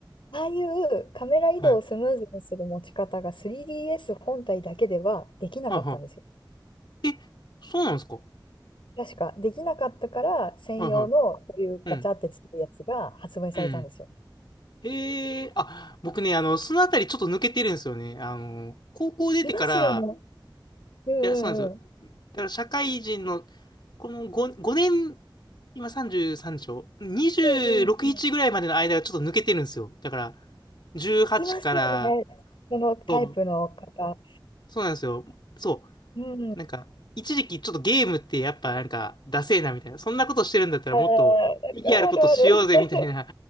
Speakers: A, on the left; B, on the left.
A: ああいうカメラ移動をスムーズにする持ち方が
B: はい。
A: 3DS 本体だけではできなかったんですよ。
B: はいはい。え、そうなんですか
A: 確か、できなかったから専用のこういうガチャってつけるやつが発売されたんですよ。
B: はいはい。うん。うん。へえ、あ、僕ね、あの、そのあたりちょっと抜けてるんですよね。あの、高校出てから、
A: いますよね。うんうんうん。
B: いや、そうなんですよ。だから社会人の、この5、5年、今33でしょ ?26、
A: うんうんうん。
B: 1ぐらいまでの間がちょっと抜けてるんですよ。だから、18から、
A: いますよね。そのタイプの方。
B: そう、そうなんですよ。そう。
A: うん。
B: なんか、一時期ちょっとゲームってやっぱなんか、ダセえなみたいな、そんなことしてるんだったらもっと意義あることしようぜみたいな
A: あーあるある。<laughs>